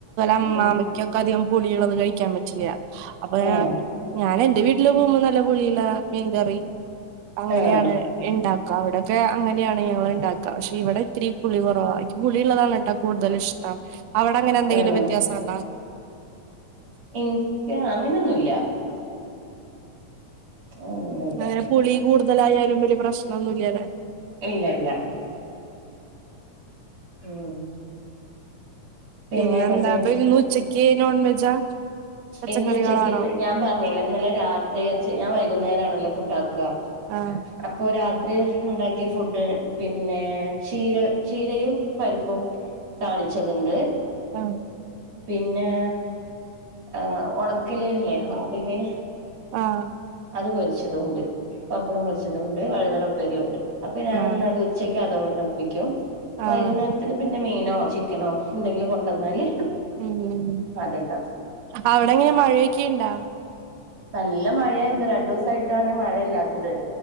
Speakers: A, on the right; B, on the right.
A: അമ്മാമയ്കൊക്കെ
B: ഉം
A: അധികം പുളികളൊന്നും കഴിക്കാൻ പറ്റില്ല അപ്പൊ
B: ആഹ്
A: ഞാൻ ഞാൻ എന്റെ വീട്ടില് പോകുമ്പോ നല്ല പുളിള്ള മീൻകറി അങ്ങനെയാണ്
B: ആഹ്
A: ഇണ്ടാക്കാ അവ്ടൊക്കെ അങ്ങനെയാണ് ഞങ്ങള്ണ്ടാക്കാ, പക്ഷെ ഇവിടെ ഇത്തിരി പുളി കുറവാ. ഇച്ച് പുളിള്ളതാണ് ട്ടോ കൂടുതൽ ഇഷ് ട്ടാ അവട അങ്ങനെ എന്തെങ്കിലും
B: ആണോ
A: വ്യത്യാസം ഒണ്ടാ?
B: ഇൻക്ക് അങ്ങനെന്നുല്ല ആങ്ങനെ
A: അങ്ങനെ പുളി കൂടുതലായാലും വെല്യ പ്രശ്നൊന്നുല്ലല്ലെ?
B: ഇല്ല ഇല്ല ഉം പിന്നെ
A: പിന്നെന്താ
B: പത്ത് മിനിറ്റ്
A: അപ്പന്ന് ഉച്ചക്ക് നോൺ വെജാ? പച്ചക്കറികളാണോ
B: ഇന്ന് ഉച്ചക്ക് ഞാൻ പറഞ്ഞിലെ ഇന്നലെ രാത്രി വെച്ച് ഞാൻ വൈകുന്നേരം ആണല്ലോ ഫുഡ് ആക്കാ
A: ആഹ്
B: അപ്പൊ രാത്രി ണ്ടാക്കിയ ഫുഡ് പിന്നെ ചീര ചീരയും പരിപ്പും താളിച്ചത്ണ്ട്
A: ആഹ്
B: പിന്നെ ആഹ് ഒണക്കല് ല്ലേ ഒണക്കൽ മീന്.
A: ആഹ്
B: അത് പൊരിച്ചതൊണ്ട്, പപ്പടം പൊരിച്ചതൊണ്ട്, വഴുതന ഉപ്പേരിയുണ്ട് അപ്പൊ ഞാനന്ന്
A: ആഹ്
B: അത് ഉച്ചയ്ക്ക് അതൊണ്ട് ഒപ്പിക്കും
A: ആഹ്
B: വൈകുന്നേരത്തിന് പിന്നെ മീനോ ചിക്കനോ എന്തെങ്കിലും കൊണ്ടുവന്നാല്
A: ഉം
B: അതുണ്ടാക്കും
A: അവടെ ങ്ങനാ മഴയൊക്കെണ്ടാ
B: നല്ല മഴയായിരുന്നു രണ്ടുസായിട്ടാണ് മഴയില്ലാത്തത്.